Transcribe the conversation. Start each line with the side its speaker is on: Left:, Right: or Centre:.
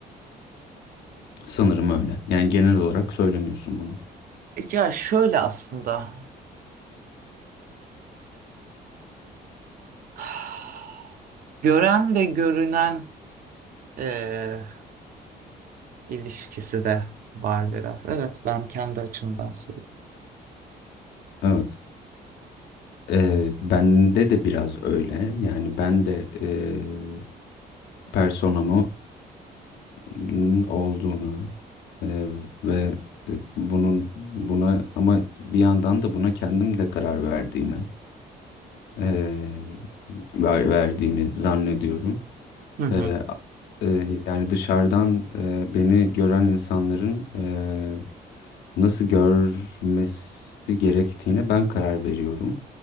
Left: Sanırım öyle. Yani genel olarak söylemiyorsun bunu.
Right: Ya şöyle aslında <sighs> gören ve görünen e, ilişkisi de var biraz. Evet ben kendi açımdan söylüyorum.
Left: Evet. Eee bende de biraz öyle. Yani ben de eee personamı m- olduğunu eee, ve e, bunun buna ama bir yandan da buna kendim de karar verdiğimi eee, ver- verdiğimi zannediyorum.
Right: Hı hı.
Left: Eee, a- yani dışarıdan eee, beni gören insanların eee, nasıl görmesi gerektiğine ben karar veriyorum.